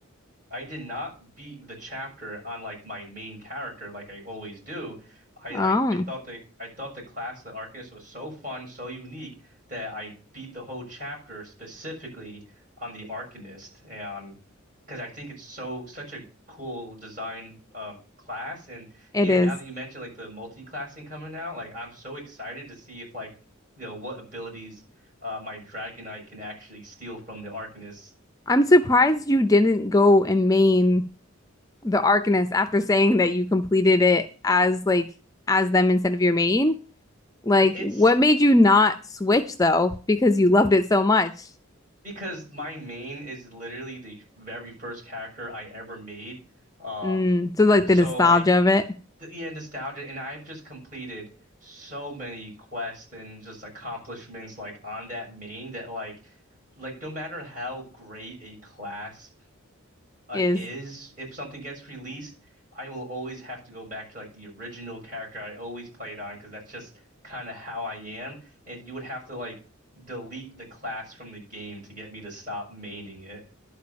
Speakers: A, on the right (about 40°); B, on the left (about 15°).
A: I did not beat the chapter on like my main character like I always do. I
B: Oh,
A: like I thought the I thought the class the Arcanist was so fun, so unique that I beat the whole chapter specifically on the Arcanist and because I think it's so such a cool design um class and
B: it
A: yeah,
B: is.
A: now that you mentioned like the multi-classing coming out, like I'm so excited to see if like you know what abilities uh my Dragonite can actually steal from the Arcanist.
B: I'm surprised you didn't go and main the Arcanist after saying that you completed it as like as them instead of your main. Like,
A: It- It's
B: what made you not switch though? Because you loved it so much.
A: Because my main is literally the very first character I ever made. Um,
B: Mm, so like
A: so
B: the nostalgia
A: like
B: of it
A: the, yeah, nostalgia, and I've just completed so many quests and just accomplishments like on that main that like like no matter how great a class uh,
B: is
A: is if something gets released, I will always have to go back to like the original character I always played on because that's just kind of how I am. And you would have to like delete the class from the game to get me to stop maining it.